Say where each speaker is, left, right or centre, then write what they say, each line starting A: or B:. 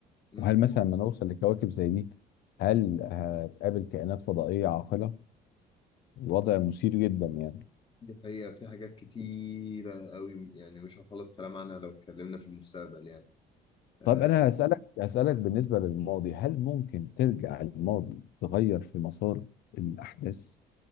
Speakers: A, on the left (about 30°); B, on the left (about 75°).
A: امم
B: وهل مثلا
A: بس
B: لما نوصل لكواكب زي دي هل هتقابل كائنات فضائيه عاقله الوضع مثير جدا يعني
A: دي حقيقة في حاجات كتيرة قوي يعني مش هنخلص كلام عنها لو اتكلمنا في المستقبل يعني آه
B: طب انا هسالك هسالك بالنسبه للماضي هل ممكن ترجع الماضي تغير في مسار الاحداث